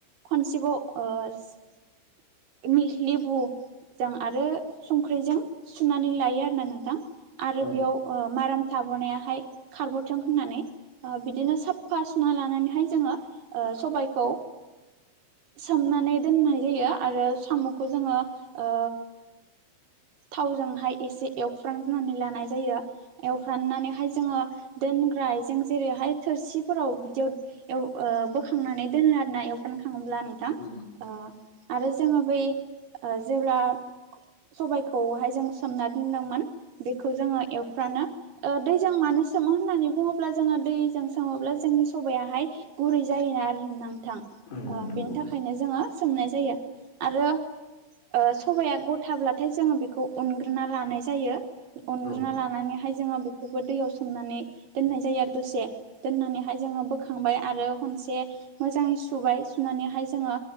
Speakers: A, on the right; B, on the left.
A: खनसेबाव ओ लिह लेबु जों आरो संख्रिजों सुनानै लायो आरोना नोंथां। आरो
B: औ
A: बेयाव ओ माराम थाबोनायाहाय खारबावथों होननानै। ओ बिदिनो साफ्फा सुना लानानैहाय जोङो ओ सबायखौ सोमनानै दोननाय जायो आरो साम'खौ जोङो ओ। थावजोंहाय एसे एवफ्रांनानै लानाय जायो। एवफ्राननानैहाय जोङो दोनग्रा आइजें जेरैहाय थोरसिफोराव बिदियाव एव ओ बोखांनानै दोनो आरोना एवफ्राम खाङोब्ला नोंथां
B: उम
A: ओ आरो। जोङो बै ओ जेब्ला सबायखौहाय जों सोमना दोनदोंमोन बेखौ जोङो एवफ फ्रानो ओ दैजों मानो सोमो होननानै बुङोब्ला जोङो दैजों सोमोब्ला जोंनि सबायाहाय गुरै जायोना आरो नांथां
B: औ
A: ओ
B: नंगौ
A: बेनि थाखायनो जोङो सोमनाय जायो। आरो ओ सबाया गथाब्लाथाय जोङो बेखौ अनग्रोना लानाय जायो अनग्रोना
B: औ
A: लानानै जोंहा बेखौबो दैयाव सोमनानै दोननाय जायो आरो दसे दोननानैहाय जोङो बोखांबाय आरो। एसे‌ मोजां‌यै सुबाय सुनानैहाय जोंयो